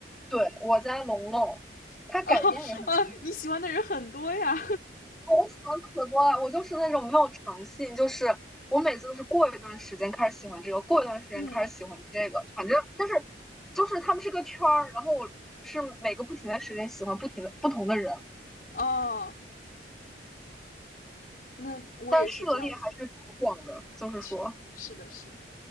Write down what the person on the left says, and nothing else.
<laughs> 然后啊，你喜欢的人很多呀，
<laughs> 嗯，
哦。那我也是这样子
去，是的，是的，